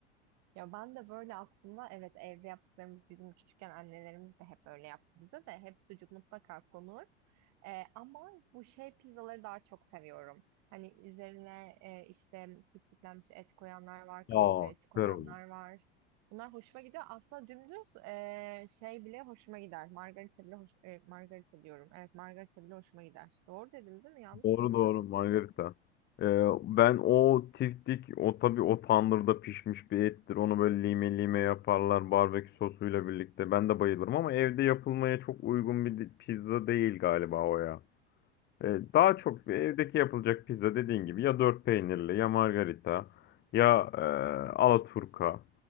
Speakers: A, on the right (about 55°); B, on the left (about 30°).
A: Ya ben de böyle aslında evet evde yaptıklarımız bizim küçükken annelerimiz de hep öyle yaptı bize de hep sucuk mutlaka konur. Ee, ama bu şey pizzaları daha çok seviyorum. Hani üzerine e, işte tiftiklenmiş et koyanlar var, kaburga
B: Aa,
A: eti
B: süper
A: koyanlar
B: oldu.
A: var. Bunlar hoşuma gidiyor. Aslında dümdüz e, şey bile hoşuma gider. Margarita bile hoş, e, margarita diyorum. Evet margarita bile hoşuma gider. Doğru dedim değil mi? Yanlış
B: Doğru
A: mı hatırladım
B: doğru
A: ismini?
B: Margarita. E, ben o tiftik, o tabii o tandırda pişmiş bir ettir. Onu böyle lime lime yaparlar barbekü sosuyla birlikte. Ben de bayılırım ama evde yapılmaya çok uygun bir di- pizza değil galiba o ya. E, Daha çok bir evdeki yapılacak pizza dediğin gibi ya dört peynirli ya margarita ya e, alaturka